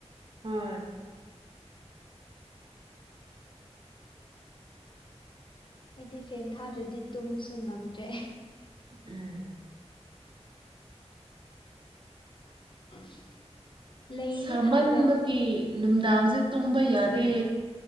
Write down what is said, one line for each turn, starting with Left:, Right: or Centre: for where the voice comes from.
Right: ꯍꯣꯏ
Left: ꯑꯩꯗꯤ ꯐꯦꯟ ꯊꯥꯗ꯭ꯔꯗꯤ ꯇꯨꯝꯕꯁꯨ ꯉꯝꯗ꯭ꯔꯦ
Right: ꯎꯝ
Left: <unintelligible> ꯂꯩꯗꯤ
Right: ꯁꯥꯃꯟꯕꯒꯤ
Left: ꯊꯥꯕ꯭ꯔꯣ
Right: ꯅꯨꯝꯗꯥꯡꯁꯦ ꯇꯨꯝꯕ ꯌꯥꯗꯦ